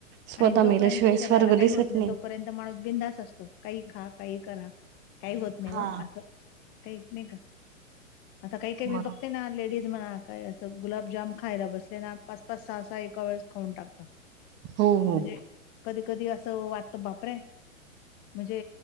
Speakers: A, on the right; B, on the left.
A: स्वतः
B: आणि जोपर्यंत
A: मेल्याशिवाय
B: शरीराला
A: स्वर्ग
B: काही
A: दिसत
B: होत नाही तोपर्यंत माणूस बिंदास असतो, काही खा, काही करा, काही होत नाही
A: हा
B: हो अस, काही नाही का? आता काही काही
A: बरोबर.
B: मी बघते ना, लेडीज म्हणा हा काय असं गुलाबजाम खायला बसले ना पाच-पाच सहा-सहा एका वेळेस खाऊन टाकतात.
A: हो हो
B: म्हणजे कधी-कधी असं वाटतं बापरे! म्हणजे